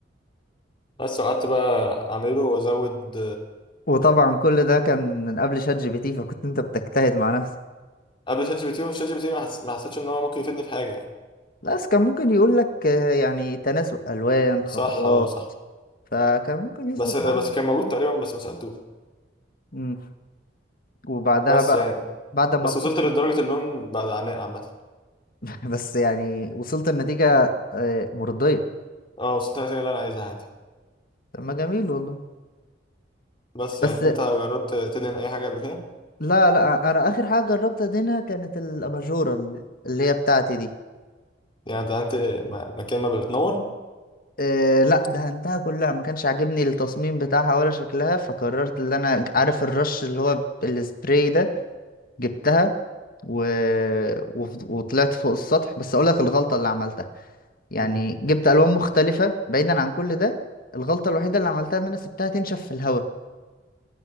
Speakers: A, on the left; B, on the left.
A: بس وقعدت بقى اعمله وازود
B: وطبعا كل ده كان من قبل شات جي بي تي فكنت انت بتجتهد مع نفسك
A: قبل شات جي بي تي وشات جي بي تي ما حس- ما حسيتش ان هو ممكن يفيدني في حاجه يعني
B: لا بس كان ممكن يقول لك آه، يعني تناسق الوان خطوات
A: صح اه صح
B: فكان ممكن يظبط
A: بس بس
B: معانا
A: كان موجود تقريبا بس ما سالتوش
B: امم وبعدها
A: بس
B: بقى
A: يعني
B: بعد ما
A: بس
B: بتخلص
A: وصلت لدرجة اللون بعد عناء عامة
B: <laughs> بس يعني وصلت النتيجة آه، مرضية
A: اه وصلت للنتيجة اللي أنا عايزها عادي
B: طب ما جميل والله
A: بس
B: بس
A: يعني أنت جربت تدهن أي حاجة قبل كده؟
B: لا لا انا اخر حاجة جربتها دينا كانت الاباجورة اللي هي بتاعتي دي
A: يعني دهنت م- مكان ما بتنور؟
B: إيه لا دهنتها كلها ما كانش عاجبني التصميم بتاعها ولا شكلها فقررت ان انا عارف الرش اللي هو السبراي ده جبتها و... و... وطلعت فوق السطح بس اقول لك الغلطة اللي عملتها يعني
A: مم.
B: جبت الوان مختلفة بعيدا عن كل ده الغلطة الوحيدة اللي عملتها ان انا سبتها تنشف في الهواء